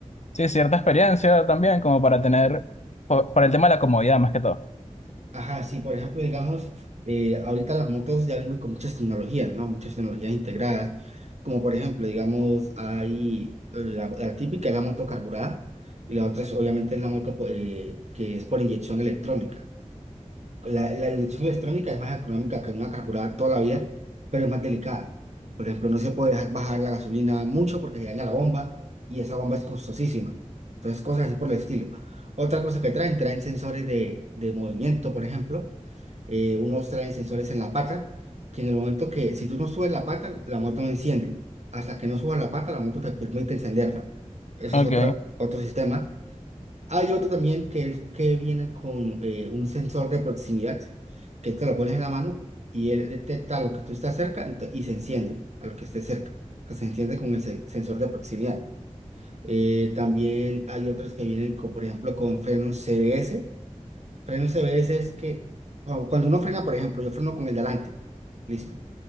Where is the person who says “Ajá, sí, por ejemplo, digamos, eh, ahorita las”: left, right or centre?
Right